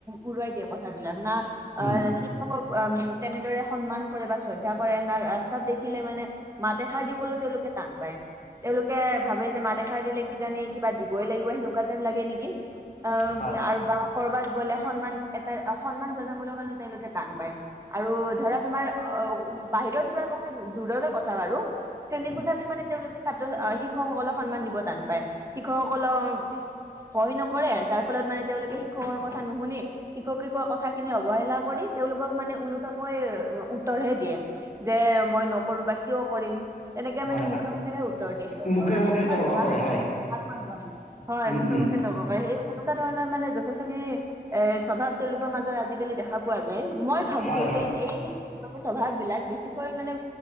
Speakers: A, on the right; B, on the left.
A: উৰুৱাই দিয়ে কথাবিলাক না
B: উম।
A: আহ শিক্ষক তেনেদৰে সন্মান কৰে বা শ্ৰদ্ধা কৰে, ন ৰাস্তাত দেখিলে মানে মাত এষাৰ দিবলৈও তেওঁলোকে টান পায়। তেওঁলোকে ভাবে যে মাত এষাৰ দিলে কিজানি কিবা দিবই লাগিব সেনেকুৱা লাগে নেকি অ'
B: হয়
A: আৰু বা কৰবাত গলে সন্মান, এটা সন্মান জনাবলৈ মানে তেওঁলোকে টান পায় আৰু ধৰা তোমাৰ অ' বাহিৰত যোৱাৰ কথা দূৰৰে কথা বাৰু তেনে
B: উম
A: কথাতে মানে তেওঁলোকে ছাত্ৰ- শিক্ষকসকলক সন্মান দিব টান পায়। শিক্ষকসকলক ভয় নকৰে, যাৰ ফলত মানে তেওঁলোকে শিক্ষকৰ কথা নুশুনি, শিক্ষকে কোৱা কথা খিনি অৱহেলা কৰি তেওঁলোকক মানে ওলোটাকৈ উত্তৰ হে দিয়ে যে, মই নকৰো বা কিয় কৰিম তেনেকে
B: হয়
A: মানে
B: হয়
A: মুখে-মুখেহে উত্তৰ দিয়ে, সেইবোৰ
B: মুখে
A: মানে
B: মুখে
A: তোমাৰ
B: তৰ্ক
A: স্বভাৱ
B: কৰে হয়
A: মানে দেখা পোৱা যায়। হয়
B: উম
A: মুখে-মুখে
B: উম
A: তৰ্ক কৰে, সেই এনেকুৱা ধৰণৰ মানে যথেষ্ট খিনি এ স্বভাৱ, তেওঁলোকৰ মাজত আজিকালি দেখা পোৱা যায় মই ভাবো
B: হয় হয়
A: যে এই এনে স্বভাৱ বিলাক বেছিকৈ মানে